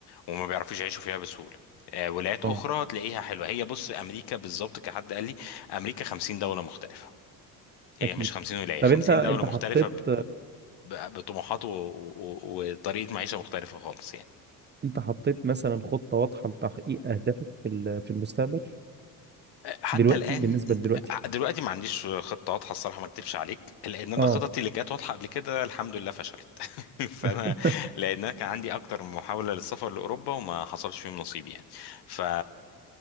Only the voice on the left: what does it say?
وما بيعرفوش يعيشوا فيها بسهولة آه، ولايات
أخرى تلاقيها حلوة هي بص أمريكا بالظبط كحد قال لي أمريكا 50 دولة مختلفة هي
مش 50 ولاية
50
دولة مختلفة
ب- ب- ب- بطموحات و- و- و- وطريقة معيشة مختلفة خالص يعني
حتى
الان
دلوقتي ما عنديش خطه واضحه الصراحه ما اكدبش عليك لان انا
خططي اللي كانت واضحه قبل كده الحمد لله فشلت <laughs> فانا
لان أنا كان عندي اكتر من محاوله للسفر لاوروبا وما حصلش فيهم نصيب يعني ف